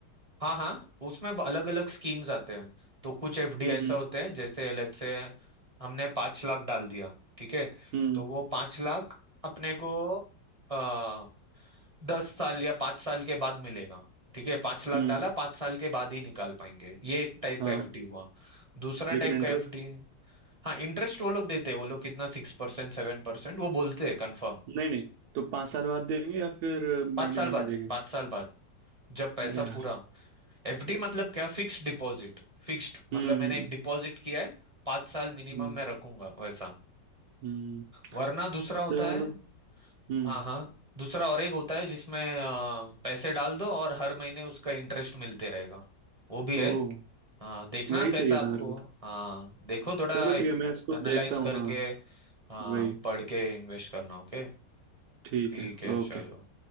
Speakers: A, on the right; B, on the right.
A: हाँ हाँ उसमें अलग अलग स्कीम्स आते हैं तो कुछ एफडी
B: हम्म
A: ऐसा
B: हम्म
A: होते हैं जैसे लेट्स से हमने पांच लाख डाल दिया ठीक है
B: हम्म
A: तो वो पांच लाख अपने को आ, दस साल या पांच साल के बाद मिलेगा ठीक है पांच लाख
B: हम्म
A: डाला पांच साल के बाद ही निकाल पाएंगे ये एक टाइप
B: हाँ
A: का एफडी हुआ दूसरा
B: लेकिन
A: टाइप
B: इंटरेस्ट
A: का एफडी हाँ इंटरेस्ट वो लोग देते हैं वो लोग कितना सिक्स परसेंट सेवन परसेंट वो बोलते हैं कंफर्म
B: नहीं नहीं तो पाँच साल बाद देंगे या फिर महीने
A: पांच साल
B: महीने
A: बाद
B: देंगे
A: पांच साल बाद जब पैसा
B: अरे यार
A: पूरा एफडी मतलब क्या फिक्स्ड डिपॉजिट फिक्स्ड मतलब
B: हम्म
A: मैंने
B: हम्म
A: एक डिपॉजिट किया है पांच साल मिनिमम
B: हम्म
A: मैं रखूंगा वैसा
B: हम्म,
A: वरना दूसरा होता
B: चलो
A: है
B: हम्म
A: हाँ हाँ दूसरा और एक होता है जिसमें अ, पैसे डाल दो और हर महीने उसका इंटरेस्ट मिलते रहेगा वो भी
B: ओ
A: है हाँ देखना
B: वही
A: कैसा
B: चाहिए
A: आपको
B: था मेरे को तो
A: हाँ देखो थोड़ा
B: चलो ठीक
A: एनालाइज
B: है मैं इसको देखता हूँ
A: करके
B: हाँ
A: हाँ
B: वही
A: पढ़ के इन्वेस्ट करना ओके
B: ठीक
A: ठीक
B: है
A: है
B: ओके
A: चलो